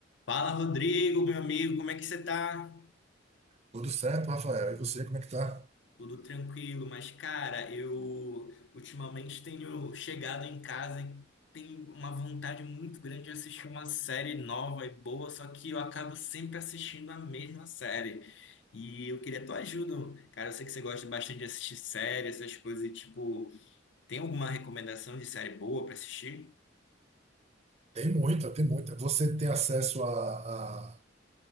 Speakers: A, on the left (about 65°); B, on the right (about 35°).
A: Fala, Rodrigo, meu amigo, como é que você tá?
B: Tudo certo, Rafael? E você, como é que tá?
A: Tudo tranquilo, mas cara, eu ultimamente tenho chegado em casa e tenho uma vontade muito grande de assistir uma série nova e boa, só que eu acabo sempre assistindo a mesma série. E eu queria tua ajuda, cara. Eu sei que você gosta bastante de assistir séries, essas coisas, e, tipo, tem alguma recomendação de série boa pra assistir?
B: Tem muita, tem muita. Você tem acesso a, a